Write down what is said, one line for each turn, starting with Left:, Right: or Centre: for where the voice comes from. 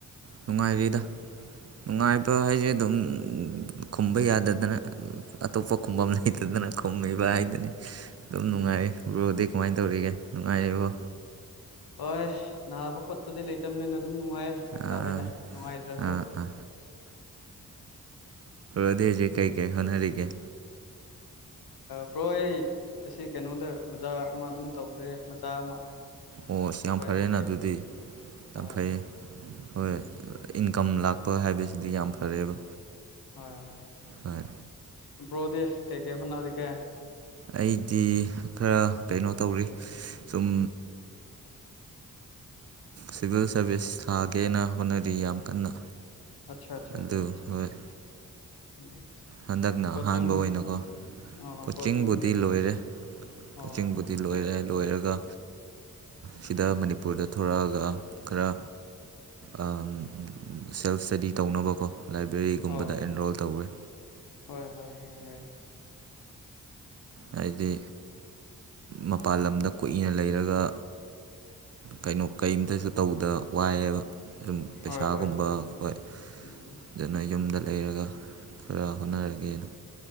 Right: ꯅꯨꯡꯉꯥꯏꯔꯤꯗ ꯅꯨꯡꯉꯥꯏꯕ
Left: ꯎꯝ
Right: ꯍꯥꯏꯁꯦ ꯑꯗꯨꯝ ꯈꯨꯝꯕ ꯌꯥꯗꯗꯅ ꯑꯇꯣꯞꯄ ꯈꯨꯝꯐꯝꯝ ꯂꯩꯇꯗꯅ ꯈꯨꯝꯃꯤꯕ ꯍꯥꯏꯗꯨꯅꯤ ꯑꯗꯨꯝ ꯅꯨꯡꯉꯥꯏ
Left: ꯎꯝ
Right: ꯕ꯭ꯔꯣꯗꯤ ꯀꯃꯥꯏꯅ ꯇꯧꯔꯤꯒꯦ ꯅꯨꯡꯉꯥꯏꯔꯤꯕꯔꯤꯕ꯭ꯔꯣ
Left: ꯍꯣꯏ ꯅꯥꯕ ꯈꯣꯠꯄꯗꯤ ꯂꯩꯇꯕꯅꯤꯅ ꯑꯗꯨꯝ ꯅꯨꯡꯉꯥꯏ ꯍꯥꯏꯇꯥꯔꯦꯅꯦ
Right: ꯑꯥ
Left: ꯅꯨꯡꯉꯥꯏꯇ꯭ꯔꯁꯨ
Right: ꯑꯥ ꯑꯥ ꯑꯗꯨꯦ ꯍꯧꯦ ꯀꯩ ꯀꯦ ꯑꯣꯦ
Left: ꯕ꯭ꯔꯣ ꯑꯩ ꯑꯁꯤ ꯀꯩꯅꯣꯗ ꯑꯣꯖꯥ ꯑꯃ ꯑꯗꯨꯝ ꯇꯧꯗ꯭ꯔꯦ ꯃꯆꯥ ꯑꯃ
Right: ꯑꯣ ꯑꯁ ꯌꯥꯝ
Left: ꯄ꯭ꯔꯥꯏꯚꯦꯠꯀꯤ
Right: ꯐꯔꯦꯅ ꯑꯗꯨꯗꯤ ꯌꯥꯝ
Left: ꯍꯣꯏ
Right: ꯐꯩ ꯍꯣꯏ
Left: ꯎꯝ
Right: ꯏꯟꯀꯝ ꯂꯥꯛꯄ ꯍꯥꯏꯕꯁꯤꯗꯤ ꯌꯥꯝ ꯐꯔꯦꯕ
Left: ꯍ ꯍ
Right: ꯍꯣꯏ
Left: ꯄ꯭ꯔꯣꯗꯤ ꯀꯩ ꯀꯦ ꯁꯅꯔ ꯀꯦ
Right: ꯑꯩꯗꯤ ꯈꯔ ꯀꯩꯅꯣ ꯇꯧꯔꯤ ꯁꯨꯝ ꯁꯤꯚꯤꯜ ꯁꯥꯔꯚꯤꯁ ꯊꯥꯒꯦꯅ ꯍꯣꯠꯅꯔꯤ ꯌꯥꯝ ꯀꯟꯅ
Left: ꯑꯆꯥ ꯑꯆꯥ
Right: ꯑꯗꯨ
Left: ꯑꯆꯥꯆꯥ
Right: ꯍꯣꯏ
Left: ꯎꯝ
Right: ꯍꯟꯗꯛꯅ
Left: ꯀꯣꯆꯤꯡ
Right: ꯑꯍꯥꯟꯕ ꯑꯣꯏꯅꯀꯣ
Left: ꯑꯣ
Right: ꯀꯣꯆꯤꯡꯕꯨꯗꯤ
Left: ꯀꯣꯆꯤꯡ ꯀꯩ
Right: ꯂꯣꯏꯔꯦ
Left: ꯑꯣ
Right: ꯀꯣꯆꯤꯡꯕꯨꯗꯤ ꯂꯣꯏꯔꯦ
Left: ꯐꯔꯦ ꯐꯔꯦ
Right: ꯂꯣꯏꯔꯒ
Left: ꯐꯔꯦ
Right: ꯁꯤꯗ ꯃꯅꯤꯄꯨꯔꯗ ꯊꯂꯛꯑꯒ ꯈꯔ ꯎꯝ ꯁꯦꯜꯐ ꯏꯁꯇꯗꯤ ꯇꯧꯅꯕꯀꯣ ꯂꯥꯏꯕ꯭ꯔꯦꯔꯤꯒꯨꯝꯕꯗ
Left: ꯑꯣ
Right: ꯑꯦꯟꯔꯣꯜ ꯇꯧꯔꯦ
Left: ꯍꯣꯏ ꯍꯣꯏ ꯍꯣꯏ ꯌꯥꯔ‌ꯦ
Right: ꯍꯥꯏꯗꯤ ꯃꯄꯥꯥꯟ ꯂꯝꯗ ꯀꯨꯏꯅ ꯂꯩꯔꯒ ꯀꯩꯅꯣ ꯀꯩꯝꯇꯁꯨ ꯇꯧꯗ ꯋꯥꯏꯑ‌ꯦꯕ ꯁꯨꯝ ꯄꯩꯁꯥꯒꯨꯝꯕ
Left: ꯍꯣꯏ ꯍꯣꯏ ꯆꯨꯝꯃꯦ ꯆꯨꯝꯃꯦ
Right: ꯍꯣꯏ
Left: ꯎꯝ
Right: ꯑꯗꯨꯅ ꯌꯨꯝꯗ ꯂꯩꯔꯒ ꯈꯔ ꯍꯣꯠꯅꯔꯒꯦꯅ
Left: ꯎꯝ